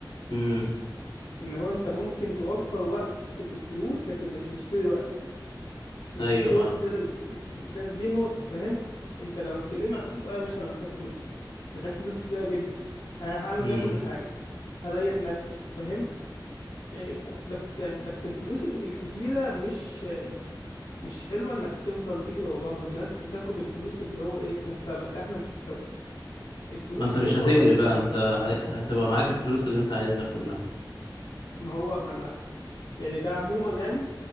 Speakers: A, on the left; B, on the left.
A: امم
B: اللي هو أنت ممكن توفر وقت بالفلوس لكن مش هتشتري وقت مش
A: ايوه
B: يشتري
A: اه
B: وقت زياده بالفل... ده دي النقطه فاهم انت لو هتكلمني عن الفلوس اه يا باشا انا محتاج فلوس محتاج فلوس كتير جدا انا هعمل
A: امم
B: بيها كل حاجه هريح نفسي فاهم إيه، ك- بس بس الفلوس ال- الكتيره مش مش حلوه انك تفضل تجري وراها الناس بتاخد الفلوس اللي هو ايه احنا في سبق لا احنا مش في سبق الفلوس
A: ما انت مش
B: حلوه
A: هتجري
B: لغايه
A: بقى
B: لما
A: انت ه- هتبقى معاك الفلوس اللي انت عايزها كلها
B: ما هو ما أنا- يعني ده عموما يعني